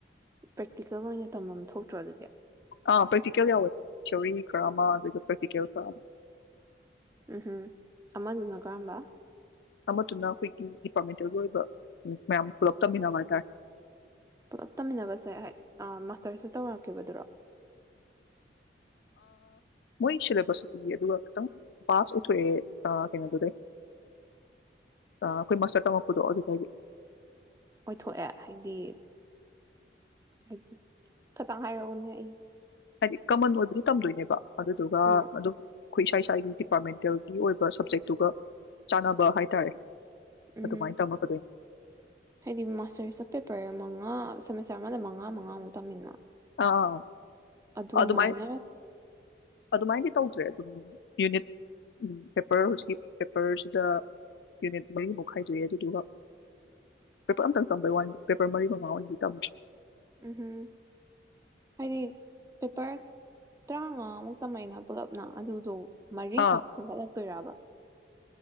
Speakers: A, on the right; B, on the left.
A: ꯄ꯭ꯔꯦꯛꯇꯤꯀꯦꯜ ꯑꯣꯏꯅ ꯇꯝꯐꯝ ꯊꯣꯛꯇ꯭ꯔꯣ ꯑꯗꯨꯗꯤ
B: ꯑꯥ ꯄ꯭ꯔꯦꯛꯇꯤꯀꯦꯜ ꯌꯥꯎꯋꯦ ꯁꯧꯔꯤ ꯈꯔ ꯑꯃ ꯑꯗꯨꯒ ꯄ꯭ꯔꯦꯛꯇꯤꯀꯦꯜ ꯈꯔ ꯑꯃ
A: ꯎꯝ ꯎꯝ ꯑꯃꯗꯨꯅꯏ ꯀꯔꯝꯕ
B: ꯑꯃꯗꯨꯅ ꯑꯩꯈꯣꯏꯒꯤ ꯗꯤꯄꯥꯔꯠꯃꯦꯟꯇꯦꯜꯒꯤ ꯑꯣꯏꯕ ꯃꯌꯥꯝ ꯄꯨꯂꯞ ꯇꯝꯃꯤꯟꯅꯕ ꯍꯥꯏꯇꯥꯔꯦ
A: ꯄꯨꯂꯞ ꯇꯝꯃꯤꯟꯅꯕꯁꯦ ꯍꯥꯏ ꯃꯥꯁꯇꯔꯁꯦ ꯇꯧꯔꯛꯈꯤꯕꯗꯨꯔꯣ
B: ꯃꯣꯏ ꯁꯤꯂꯦꯕꯁꯀꯤꯤ ꯑꯗꯨꯒ ꯈꯤꯇꯪ ꯄꯥꯁ ꯑꯣꯏꯊꯣꯛꯑꯦ ꯀꯩꯅꯣꯗꯨꯗꯩ ꯑꯩꯈꯣꯏ ꯃꯥꯁꯇꯔ ꯇꯝꯃꯛꯛꯄꯗꯣ ꯑꯗꯨꯗꯒꯤ
A: ꯑꯣꯏꯊꯣꯛꯑꯦ ꯍꯥꯏꯗꯤ ꯍꯥꯏꯗꯤ ꯈꯈꯤꯇꯪ ꯍꯥꯏꯔꯛꯎꯅꯦ ꯑꯩ
B: ꯍꯥꯏꯗꯤ ꯀꯃꯟ ꯑꯣꯏꯕꯗꯤ ꯇꯝꯗꯣꯏꯅꯦꯕ ꯑꯗꯨꯗꯨꯒ
A: ꯑꯥ
B: ꯑꯗꯨꯝ ꯑꯩꯈꯣꯏ ꯏꯁꯥ ꯏꯁꯥꯒꯤ ꯗꯤꯄꯥꯔꯠꯃꯦꯟꯇꯦꯜꯒꯤ ꯑꯣꯏꯕ ꯁꯕꯖꯦꯛꯇꯨꯒ ꯆꯥꯟꯅꯕ ꯍꯥꯏꯇꯥꯔꯦ
A: ꯎꯝ
B: ꯑꯗꯨꯃꯥꯏꯅ
A: ꯎꯝ
B: ꯇꯝꯃꯛꯀꯗꯣꯏꯅꯤ
A: ꯍꯥꯏꯗꯤ ꯃꯥꯁꯇꯔ ꯁ ꯄꯦꯄꯔ ꯃꯉꯥ ꯁꯦꯃꯦꯁꯔ ꯑꯃꯗ ꯃꯉꯥ ꯑꯉꯨ ꯇꯃꯤꯟꯅ
B: ꯑꯥ
A: ꯑꯗꯨꯃꯥꯏꯅ
B: ꯑꯗꯨꯃꯥꯏ ꯑꯗꯨꯃꯥꯏꯅꯗꯤ ꯇꯧꯗ꯭ꯔꯦ ꯑꯗꯨꯝ ꯌꯨꯅꯤꯠ ꯄꯦꯄꯔ ꯍꯧꯖꯤꯛꯀꯤ ꯄꯦꯄꯔꯁꯤꯗ ꯌꯨꯅꯤꯠ ꯃꯔꯤꯃꯨꯛ ꯈꯥꯏꯗꯣꯛꯑꯦ ꯑꯗꯨꯗꯨꯒ ꯄꯦꯄꯔ ꯑꯝꯇꯪ ꯇꯝꯕꯩ ꯋꯥꯟꯗ ꯄꯦꯄꯔ ꯃꯔꯤ ꯃꯉꯥ ꯑꯣꯏꯅꯗꯤ ꯇꯝꯗ꯭ꯔꯦ
A: ꯎꯝꯍꯨꯝ ꯍꯥꯏꯗꯤ ꯄꯦꯄꯔ ꯇꯔꯥꯃꯉꯥꯃꯨꯛꯇꯃꯩꯅ ꯄꯨꯂꯞꯅ ꯑꯗꯨꯗꯣ ꯃꯔꯤ
B: ꯑꯥ
A: ꯀꯈ ꯇꯣꯏꯔꯥꯕ